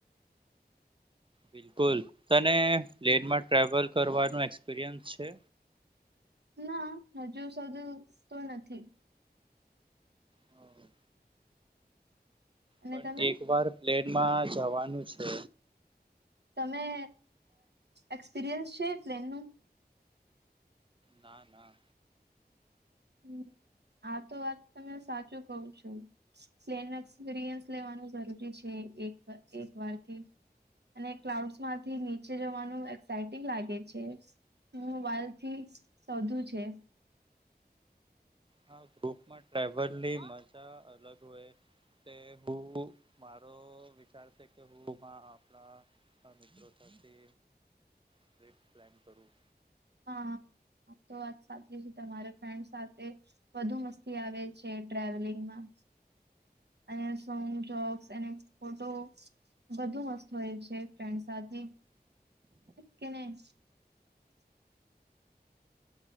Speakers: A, on the right (about 30°); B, on the right (about 80°).
A: બિલકુલ તને પ્લેનમાં ટ્રાવેલ કરવાનું એક્સપિરિયન્સ છે
B: ના હજુ સધું તો નથી
A: હા
B: અને
A: પણ
B: તમે
A: એક વાર પ્લેનમાં જવાનું છે
B: તમે એક્સપિરિયન્સ છે પ્લેનનું
A: ના ના
B: હ આ તો વાત તમે સાચું કઉ છું પ એક્સપિરિયન્સ લેવાનું જરૂરી છે એક એક વારથી અને ક્લાઉડસ માંથી નીચે જવાનું સેટિંગ લાગે છે મોબાઈલથી સોધું છે
A: હા ગ્રુપમાં ટ્રાવલની મજા અલગ હોય તે હું મારો વિચાર છે કે હું આપણા હ મિત્રો સાથે ટ્રીપ પ્લાન કરું
B: હા તો વાત સાચી છે તમારે ફ્રેન્ડ સાથે વધુ મસ્તી આવે છે ટ્રાવેલિંગમાં અને સોંગ જોક્સ અને ફોટો બધું મસ્ત હોય છે ફ્રેન્ડ સાથે કે નહી